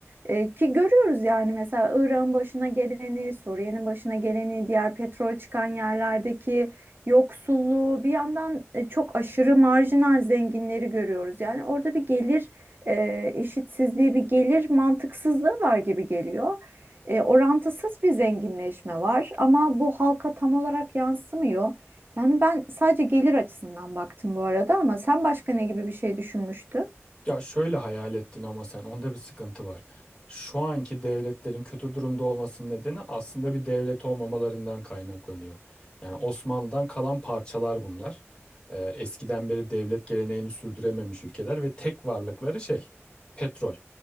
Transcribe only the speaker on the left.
Ya şöyle hayal ettin ama sen onda bir sıkıntı var. Şu anki devletlerin kötü durumda olmasının nedeni aslında bir devlet olmamalarından kaynaklanıyor. Yani Osmanlı'dan kalan parçalar bunlar. Ee, eskiden beri devlet geleneğini sürdürememiş ülkeler ve tek varlıkları şey, petrol.